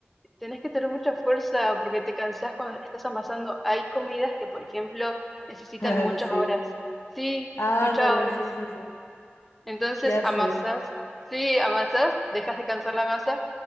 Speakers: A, in the centre; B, on the left.
A: tenés que tener mucha fuerza porque te cansás cuando estás amasando. Hay comidas que, por ejemplo, necesitan
B: <laughs>
A: muchas
B: Sí.
A: horas. Sí,
B: Ándale,
A: muchas horas.
B: sí, sí, sí.
A: Entonces
B: Ya
A: amasás,
B: sé.
A: sí, amasás, dejas descansar la masa,